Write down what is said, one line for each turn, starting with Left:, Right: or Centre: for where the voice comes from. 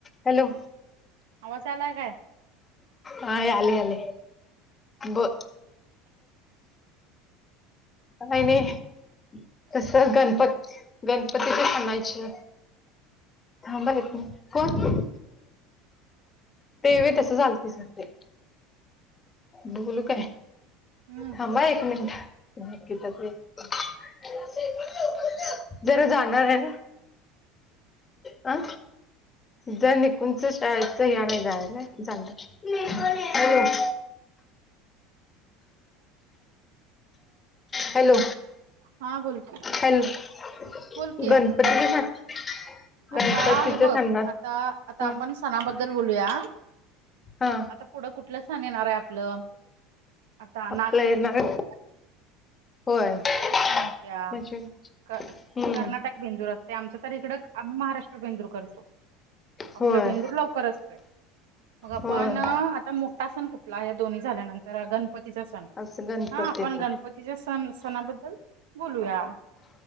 Left: Hello.
Right: आवाज यालायं काय?
Left: होय यालाय यालाय बोल. नाही नाही. कसं गणपत गणपतीचे सणायची. थांब हं एक मिनिट कोण? ते व्हय तसं झालती सगळी बोलू काय.
Right: हम्म
Left: थांब हा एक मिनिट, निकिता चे <unintelligible> लवकर जा. जरा जाणार आय ना. आ? जानी कुंचं शाळेचं यायला जायला जायलय. मी पण येणार. हॅलो.
Right: हा बोल कि,
Left: हॅलो
Right: बोल किया.
Left: गणपतीचे सण
Right: आता
Left: गणपतीचे
Right: हे बघ
Left: सणात
Right: आता आता
Left: हा
Right: आपण सणाबद्दल बोलूया.
Left: हा
Right: आता पुढं कुठलं सण येणार आहे आपलं? आता
Left: आपलं
Right: नागपंचमी
Left: येणार होय.
Right: पंचमी येतिया.
Left: म्हणजे
Right: क-कर्नाटक
Left: हम्म
Right: बेंदूर असते आमचं तर इकडं आम्ही महाराष्ट्र बेंदूर करतो. आपलं
Left: होय
Right: बेंदूर लवकर असतोय मग आपण
Left: होय
Right: आता मोठा सण कु ठला आहे दोन्ही झाल्यानंतर गणपतीचा सण
Left: असं गणपती
Right: हा आपण
Left: येतो
Right: गणपतीच्या सण सणाबद्दल बोलूया.